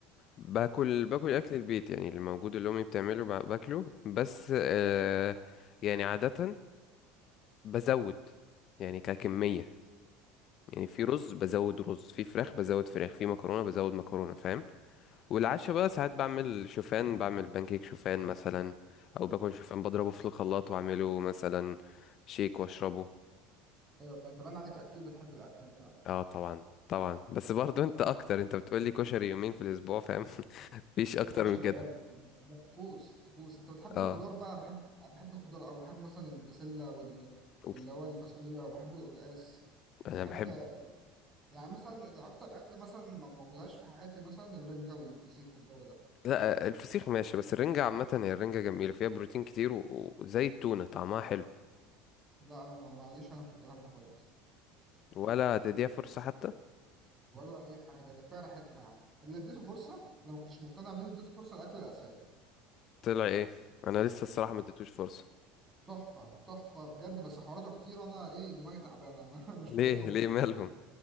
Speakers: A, on the left (about 45°); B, on the right (about 25°).
A: باكل باكل أكل البيت يعني اللي موجود اللي أمي بتعمله ب- باكله بس آه يعني عادة بزود يعني ككمية يعني في
B: آه،
A: رز بزود رز في فراخ بزود فراخ في مكرونة بزود مكرونة فاهم والعشاء
B: ايوه فاهم
A: بقى ساعات بعمل شوفان بعمل بانكيك شوفان مثلا أو باكل شوفان بضربه في الخلاط وأعمله مثلا شيك وأشربه
B: ايوه فانت باين عليك اكيد بتحب الاكل انت
A: اه طبعا طبعا بس برضو انت اكتر انت بتقولي كشري يومين في الاسبوع فاهم <laughs> مفيش اكتر
B: يا باشا
A: من
B: ده
A: كده
B: لازم ده ده طقوس طقوس انت بتحب
A: اه
B: الخضار بقى انا بحب أنا بحب الخضار او بحب مثلا البسله وال
A: أوف.
B: واللي هو الفاصوليا بحب القلقاس
A: انا
B: بحب
A: بحب
B: يعني مثلا اكتر اكل مثلا ما ما اكلهاش في حياتي مثلا الرنجه والفسيخ والجو ده
A: لا الفسيخ ماشي بس الرنجة عامة هي الرنجة جميلة فيها بروتين كتير و- وزي التونة طعمها حلو
B: لا انا ما- ماليش انا في الكلام ده خالص
A: ولا تديها فرصة حتى
B: ولا اي حاجه ده كفايه ريحتها يعني اللي اديته فرصه لما كنتش مقتنع بيه اديته فرصه الاكل الاسيوي
A: طلع ايه انا لسه الصراحة ما اديتوش فرصة
B: تحفه تحفه بجد بس حواراته كتير انا ايه دماغي تعبانه انا
A: <laughs>
B: <laughs> مش فايق
A: ليه
B: لهم
A: ليه مالهم